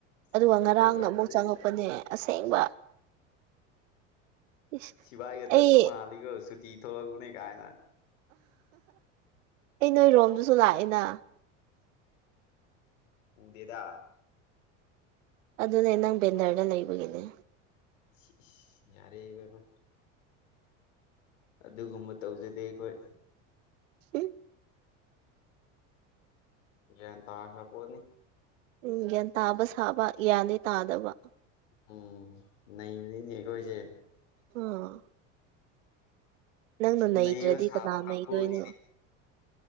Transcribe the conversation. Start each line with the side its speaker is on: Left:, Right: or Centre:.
Left: ꯁꯨꯇꯤ
Right: ꯑꯗꯨꯒ ꯉꯔꯥꯡꯅ
Left: ꯊꯣꯛꯂꯛꯄꯗꯒꯤ
Right: ꯑꯃꯨꯛ ꯆꯪꯉꯛꯄꯅꯦ ꯑꯁꯦꯡꯕ ꯏꯁ
Left: ꯁꯤꯚꯥꯏꯒ ꯆꯠꯄ
Right: ꯑꯩ
Left: ꯃꯥꯜꯂꯤꯀꫭ ꯁꯨꯇꯤ ꯊꯣꯛꯂꯛꯎꯅꯦ ꯀꯥꯏꯅ
Right: ꯑꯩ ꯅꯣꯏꯔꯣꯝꯗꯁꯨ ꯂꯥꯛꯑꯦꯅ
Left: ꯎꯝ ꯎꯗꯦꯗ
Right: ꯑꯗꯨꯅꯦ ꯅꯪ ꯕꯦꯟꯗꯔꯗ ꯂꯩꯕꯒꯤꯅꯦ
Left: ꯏꯁ ꯏꯁ ꯌꯥꯔꯦ ꯏꯕꯦꯝꯃ ꯑꯗꯨꯒꯨꯝꯕ ꯇꯧꯖꯗꯦ ꯑꯩꯈꯣꯏ
Right: ꯏꯤ
Left: ꯌꯥ ꯇꯥ ꯈ꯭ꯔꯄꯣꯠꯅꯤ
Right: ꯎꯝ ꯒ꯭ꯌꯥꯟ ꯇꯥꯕ ꯁꯥꯕ ꯒ꯭ꯌꯥꯟꯗꯤ ꯇꯥꯗꯕ
Left: ꯎꯝ ꯅꯕꯅꯤꯅꯦ ꯑꯩꯈꯣꯏꯁꯦ
Right: ꯑꯥ ꯅꯪꯅ ꯅꯩꯗ꯭ꯔꯗꯤ
Left: ꯅꯩꯕ ꯁꯥꯕ
Right: ꯀꯅꯥ
Left: ꯀꯥꯡꯕꯨꯅꯤꯅꯦ
Right: ꯅꯩꯗꯣꯏꯅꯣ